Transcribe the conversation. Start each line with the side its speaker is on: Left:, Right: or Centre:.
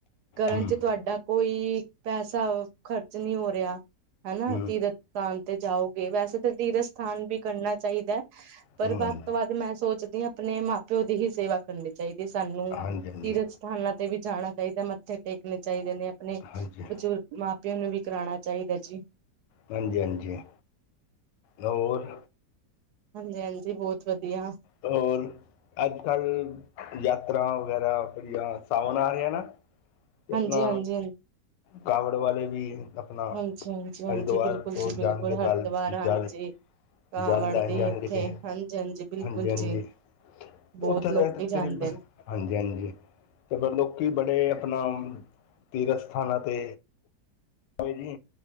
Right: ਕਰਨ
Left: ਹੂੰ
Right: ਚ ਤੁਆਡਾ ਕੋਈ ਪੈਸਾ ਖ਼ਰਚ ਨਈਂ ਹੋ ਰਿਆ। ਹਨਾਂ
Left: ਹਮ,
Right: ਤੀਰਥ ਸਥਾਨ ਤੇ ਜਾਓਗੇ ਵੈਸੇ ਤਾਂ ਤੀਰਥ ਸਥਾਨ ਵੀ ਕਰਨਾ ਚਾਈਦਾ। ਪਰ
Left: ਹਮ।
Right: ਵੱਧ ਤੋਂ ਵੱਧ ਮੈਂ ਸੋਚਦੀ ਆਂ ਆਪਣੇ ਮਾਂ-ਪਿਓ ਦੀ ਹੀ ਸੇਵਾ ਕਰਨੀ ਚਾਈਦੀ ਸਾਨੂੰ।
Left: ਹਾਂਜੀ ਹਾਂਜੀ
Right: ਤੀਰਥ ਸਥਾਨਾਂ ਤੇ ਵੀ ਜਾਣਾ ਚਾਈਦਾ, ਮੱਥੇ ਟੇਕਣੇ ਚਾਈਦੇ ਨੇ ਅਪਣੇ।
Left: ਹਾਂਜੀ
Right: ਬਜ਼ੁਰਗ ਮਾਂ-ਪਿਓ ਨੂੰ ਵੀ ਕਰਾਉਣਾ ਚਾਈਦਾ ਜੀ।
Left: ਹਾਂਜੀ, ਹਾਂਜੀ। ਹੋਰ?
Right: ਹਾਂਜੀ, ਹਾਂਜੀ ਬਹੁਤ ਵਧੀਆ।
Left: ਹੋਰ। ਅੱਜ-ਕੱਲ੍ਹ ਯਾਤਰਾ ਵਗੈਰਾ ਵੜੀਆਂ ਸਾਵਨ ਆ ਗਿਆ ਨਾ। ਤੇ
Right: ਹਾਂਜੀ
Left: ਅਪਣਾ
Right: ਹਾਂਜੀ ਹਾਂਜੀ
Left: ਕਾਵੜ ਵਾਲੇ ਵੀ ਅਪਣਾ
Right: ਹਾਂਜੀ ਹਾਂਜੀ ਹਾਂਜੀ
Left: ਹਰਿਦੁਵਾਰ
Right: ਬਿਲਕੁਲ
Left: ਤੋਂ
Right: ਜੀ ਬਿਲਕੁਲ
Left: ਜਾਣ
Right: ਹਰਿਦੁਆਰ
Left: ਕਲ
Right: ਹਾਂਜੀ
Left: ਜਲ
Right: ਕਾਵੜ
Left: ਜੱਲ ਲੈਣ
Right: ਦੀ
Left: ਜਾਣਗੇ
Right: ਇੱਥੇ
Left: ਤੇ
Right: ਹਾਂਜੀ ਬਿਲਕੁਲ
Left: ਹਾਂਜੀ, ਹਾਂਜੀ।
Right: ਜੀ ਬਹੁਤ
Left: ਉੱਥੇ
Right: ਲੋਕੀ
Left: ਦੇਅ ਤਕਰੀਬਨ
Right: ਜਾਂਦੇ
Left: ਹਾਂਜੀ ਹਾਂਜੀ ਤੇ ਫਿਰ ਲੋਕੀ ਬੜੇ ਅਪਣਾ ਤੀਰਥ ਸਥਾਨਾਂ ਤੇ <unintelligible> ਜੀ